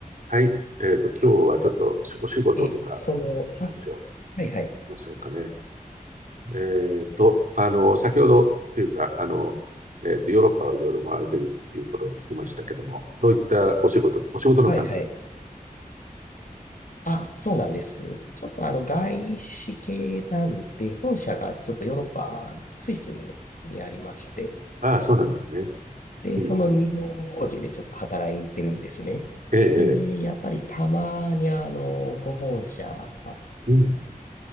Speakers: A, on the right; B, on the left.
A: はい。えっと、今日はちょっとお仕事とかの話を
B: え、その、さ、はいはい。
A: しましょうかね。えっと、あの、先ほどというか、あの、えっと、ヨーロッパをいろいろ回れてるっていうことを聞きましたけども、どういったお仕事、お仕事の関係
B: はいはい。あ、そうなんです。ちょっとあの、外資系なんで、本社がちょっとヨーロッパ、スイスにありまして、
A: ああ、そうなんですね。
B: で、
A: うん、
B: その日本法人でちょっと働いてるんですね。
A: うんええ、ええ、
B: で、やっぱりたまにあの、ご本社
A: うん、